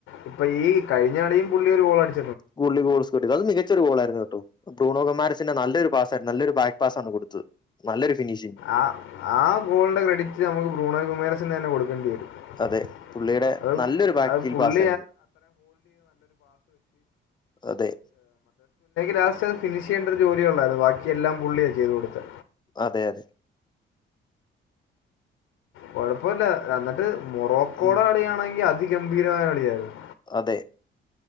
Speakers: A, on the left; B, on the left.
A: ഇപ്പൊ ഈ കഴിഞ്ഞളീം പുള്ളി ഒരു ഗോളടി
B: <unintelligible> അത് മികച്ചൊരു ഗോളായിരുന്നു കേട്ടോ ബ്രൂണോ കുമാരസിന്റെ നല്ലൊരു പാസ്സാരുന്ന് നല്ലരു ബാക്ക് പാസ്സാണ് കൊടുത്തത് നല്ലൊരു ഫിനിഷിങ്
A: ആഹ് ആ ഗോളിന്റെ ക്രെഡിറ്റ് നമുക്ക് ബ്രൂണകുമേരസിന് തന്നെ കൊടുക്കേണ്ടി വരും
B: അതെ പുള്ളിയുടെ
A: <unintelligible> അത് <unintelligible>
B: നല്ലൊരു ബാക്ക് കീൽ പാസ്സായിരുന്നു അതെ
A: ലാസ്റ്റത് ഫിനിഷെയ്യണ്ട ഒരു ജോലിയ ഉള്ളായിരുന്നു ബാക്കി എല്ലാം പുള്ളിയാ ചെയ്തു കൊടുത്തെ
B: അതെ അ
A: കൊഴപ്പമില്ല എന്നിട്ട് മൊറോക്കോടെ
B: ഉം
A: കളിയാണെങ്കി അതിഗംഭീരമായ കളിയായിരുന്നു
B: അതെ